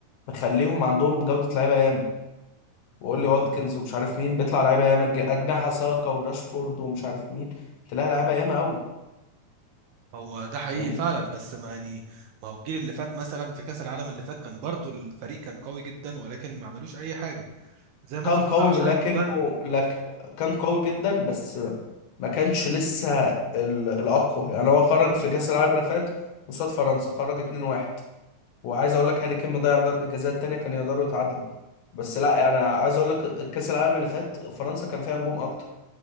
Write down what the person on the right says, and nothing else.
هو
هو ده حقيقي
فعلا بس ما يعني ما هو الجيل اللي فات مثلا في كأس العالم اللي فات كان برضو الفريق كان قوي جدا ولكن ما عملوش اي حاجة زي ما
انت بتقول
عشان
المدرب